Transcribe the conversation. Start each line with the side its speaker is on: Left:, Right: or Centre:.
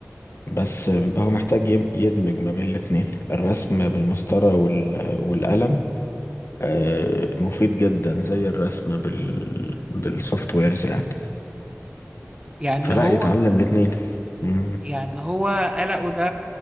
Left: بس آه، هو محتاج يم- يدمج ما بين الاتنين الرسم بالمسطرة وال... والقلم آه، مفيد جدا زي الرسم بال بالسوفت ويرز يعني
Right: يعني
Left: فلا
Right: هو
Left: يتعلم الاتنين مم.
Right: يعني هو قلقه ده